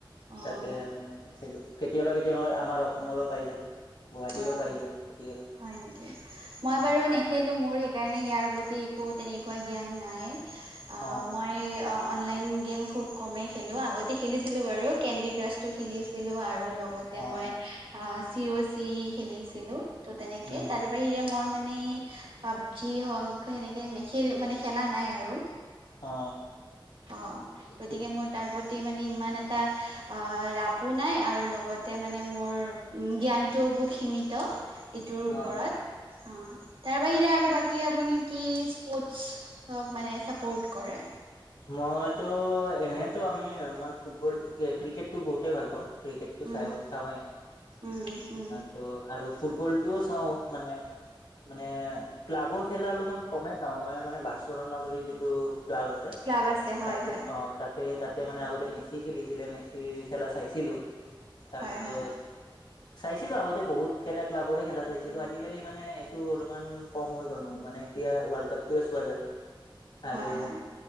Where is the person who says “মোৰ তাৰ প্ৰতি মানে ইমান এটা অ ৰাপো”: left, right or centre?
Right